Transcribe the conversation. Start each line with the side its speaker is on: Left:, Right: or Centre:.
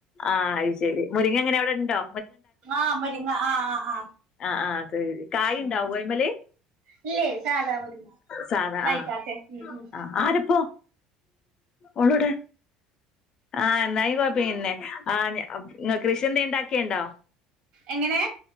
Left: ആഹ് അയ് ശരി മുരിങ്ങ എങ്ങനെ അവിടെണ്ടോ
Right: ആഹ് മുരിങ്ങ ആഹ് ആഹ് ആഹ്
Left: ആഹ് ആഹ് അത് കായ് ഉണ്ടാവൊ
Right: ഉം ഉം
Left: അയ്മല്
Right: ഇല്ലേ സാധാ ഒരു
Left: സാധാ
Right: കഴിക്കാത്തെ
Left: ആഹ്
Right: ഉം ഉം
Left: ആഹ് ആരപ്പോ ഓള് എവ്ടെ ആഹ് എന്നാ പ്പോ പിന്നെ ആഹ് <unintelligible> കൃഷി എന്തേ ഇണ്ടാക്കിണ്ടോ
Right: എങ്ങനെ